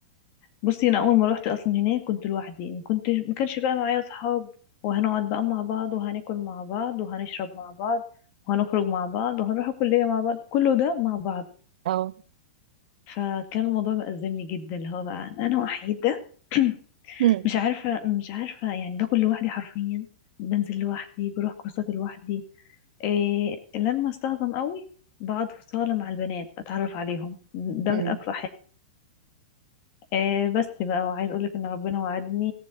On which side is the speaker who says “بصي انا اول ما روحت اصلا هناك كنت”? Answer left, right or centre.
Left